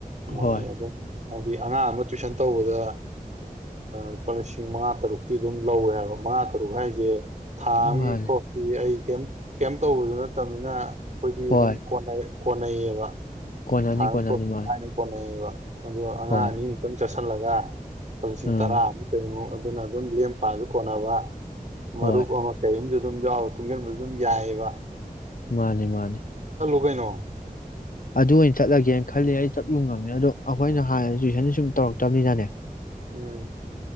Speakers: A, on the right; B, on the left.
A: ꯃꯣꯏ
B: ꯍꯣꯏ
A: ꯑꯗꯨꯝ ꯍꯥꯏꯗꯤ ꯑꯉꯥꯡ ꯑꯃ ꯇꯨꯏꯁꯟ ꯇꯧꯕꯗ ꯂꯨꯄꯥ ꯂꯤꯁꯤꯡ ꯃꯉꯥ ꯇꯔꯨꯛꯇꯤ ꯑꯗꯨꯝ ꯂꯧꯋꯦ ꯍꯥꯏꯕ ꯃꯉꯥ ꯇꯔꯨꯛ ꯍꯥꯏꯖꯦ ꯊꯥꯑꯝꯒꯤ
B: ꯃꯥꯅꯤ
A: ꯈ꯭ꯔꯣꯁꯇꯤ ꯑꯩ ꯀꯌꯤꯝ ꯀꯌꯤꯝ ꯇꯧꯕꯖꯨ ꯅꯠꯇꯕꯅꯤꯅ꯫ ꯑꯩꯈꯣꯏꯗꯤ
B: ꯍꯣꯏ
A: ꯑꯗꯨꯝ ꯀꯣꯟꯅꯩ꯫ ꯀꯣꯟꯅꯩꯌꯦꯕ꯫
B: ꯀꯣꯟꯅꯅꯤ
A: ꯊꯥ ꯑꯝꯒꯤ
B: ꯀꯣꯟꯅꯅꯤ
A: ꯈꯔꯣꯁ
B: ꯃꯥꯅꯤ
A: ꯂꯥꯏꯅ ꯀꯣꯅꯩ ꯑꯕ꯫ ꯑꯗꯣ ꯑꯉꯥꯡ
B: ꯍꯣꯏ
A: ꯑꯅꯤꯃꯨꯛꯇꯪ꯫ ꯆꯠꯁꯜꯂꯒ꯫ ꯂꯨꯄꯥ ꯂꯤꯁꯤꯡ
B: ꯎꯝ
A: ꯇꯔꯥꯃꯨꯛ ꯀꯩꯃꯨꯛ꯫ ꯑꯗꯨꯅ ꯑꯗꯨꯝ ꯂꯦꯝ ꯄꯥꯖꯨ ꯀꯣꯟꯅꯕ꯫ ꯃꯔꯨꯞ
B: ꯍꯣꯏ
A: ꯑꯃ ꯀꯩꯏꯝꯖꯨ ꯑꯗꯨꯝ ꯌꯥꯎꯔ ꯇꯨꯡꯖꯤꯟꯕꯖꯨ ꯑꯗꯨꯝ ꯌꯥꯏꯑꯦꯕ꯫
B: ꯃꯥꯅꯦ ꯃꯥꯅꯦ꯫
A: ꯀꯩꯅꯣ꯫
B: ꯑꯗꯨ ꯑꯣꯏꯅ ꯆꯠꯂꯒꯦꯅ ꯈꯜꯂꯤ ꯑꯩ ꯆꯞ ꯌꯨꯡ ꯉꯝꯃꯦ ꯑꯗꯣ ꯑꯩꯈꯣꯏꯅ ꯍꯥꯟꯅ ꯇꯨꯏꯁꯟ ꯁꯨꯝ ꯇꯧꯔꯛꯇꯃꯤꯅꯅꯦ꯫
A: ꯎꯝ꯫